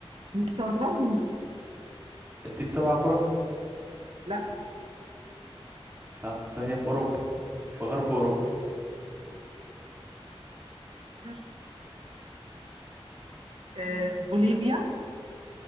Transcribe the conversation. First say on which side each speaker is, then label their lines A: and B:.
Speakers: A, on the right; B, on the right.
A: مستغربني
B: انت بتابع كرة
A: لا
B: طب هي في اوروبا في غرب اوروبا
A: مش عارف آه بوليفيا